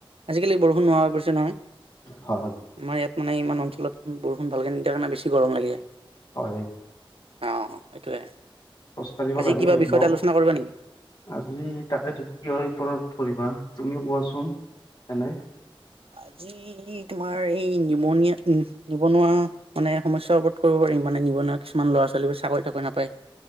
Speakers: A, on the right (about 80°); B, on the left (about 45°).
A: আজিকালি বৰষুণ নোহোৱা হৈ পৰিছে নহয়?
B: হয়।
A: আমাৰ ইয়াত মানে ইমান অঞ্চলত বৰষুণ ভালকে নিদিয়াৰ কাৰনে বেছি গৰম লাগি যায়।
B: হয়
A: অ' সেইটোয়ে।
B: খোজকাঢ়িব
A: আজি
B: লাগে
A: কিবা বিষয়ত
B: ন?
A: আলোচনা কৰিবা নেকি?
B: আজি তাকেতো কিহৰ ওপৰত কৰিবা তুমিও কোৱাচোন এনে?
A: আজি তোমাৰ এই নিমনিয়া উম নিবনুৱা মানে সমস্যাৰ ওপৰত কৰিব পাৰিম? মানে নিবনুৱা কিছুমান ল'ৰা ছোৱালীবোৰ চাকৰি টাকৰি নাপায়